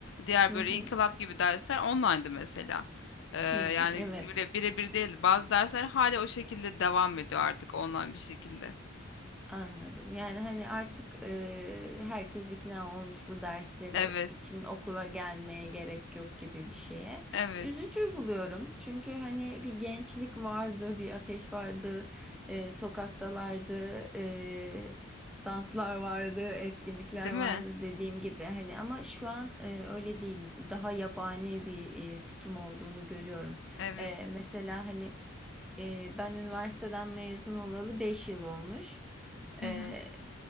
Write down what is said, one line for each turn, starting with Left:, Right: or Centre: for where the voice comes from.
Left: diğer
Centre: Hı
Left: böyle
Centre: hı.
Left: inkılap gibi dersler online'dı mesela. Ee,
Centre: Hı,
Left: yani
Centre: evet.
Left: bire, birebir değil. Bazı dersler hala o şekilde devam ediyor artık online bir şekilde.
Centre: Anladım. Yani hani artık e, herkes ikna olmuş bu dersleri
Left: Evet,
Centre: için okula gelmeye gerek yok gibi bir şeye.
Left: evet.
Centre: Üzücü buluyorum. Çünkü hani bir gençlik vardı, bir ateş vardı, e, sokaktalardı, e, danslar vardı, etkinlikler
Left: Değil
Centre: vardı
Left: mi?
Centre: dediğim gibi. Hani ama şu an e, öyle değil. Daha yabani bir e, tutum olduğunu görüyorum.
Left: Evet.
Centre: E, mesela hani e, ben üniversiteden mezun olalı 5 yıl olmuş.
Left: Hı
Centre: Ee,
Left: hı.